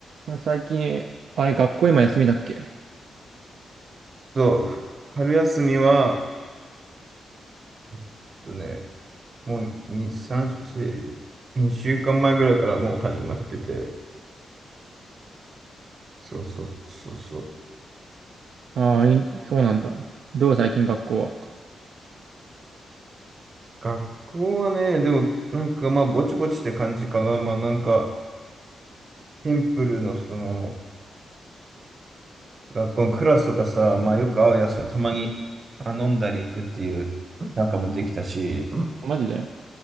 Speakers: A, on the right; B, on the right.
A: でも最近、あれ、学校今休みだっけ
B: そう、春休みは、えっとね、もう2、3、4、2週間前ぐらいからもう始まってて、そうそうそうそう。
A: ああー、いそうなんだ。どう最近学校は。
B: 学校はね、でもなんかまあぼちぼちって感じかな。まあなんか、テンプルのその、学校のクラスとかさ、まあよく会うやつはたまにあ飲んだり行くっていうん仲もできたし、
A: マジで